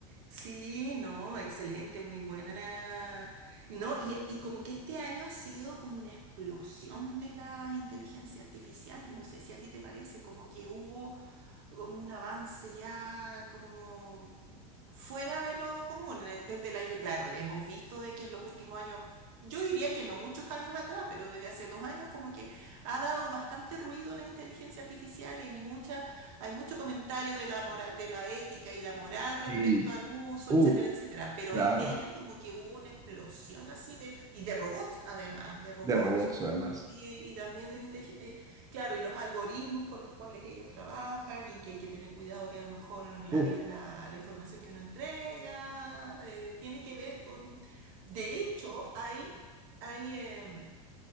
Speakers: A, on the right; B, on the right.
A: Sí, no, excelente, muy buena la... y No, y, y como que este año ha sido como una explosión de la inteligencia artificial, no sé si a ti te parece, como que hubo como un avance ya como fuera de lo común. eh, Desde el año, claro, hemos visto de que en los últimos años, yo diría que no muchos años atrás, pero desde hace dos años como que ha dado bastante ruido la inteligencia artificial y hay mucha, hay mucho comentario de la mora- de la ética y la moral respecto
B: sí
A: al uso,
B: uff,
A: etcétera, etcétera. Pero
B: claro,
A: este año como que hubo una explosión así de, y de robots, además, de robots
B: de robots además.
A: y, y también del inte- eh, claro, y los algoritmos con los cuales ellos trabajan y que hay que tener cuidado que a lo mejor la,
B: Uf,
A: di- la- la información que uno entrega eh, tiene que ver con... De hecho, hay, hay em,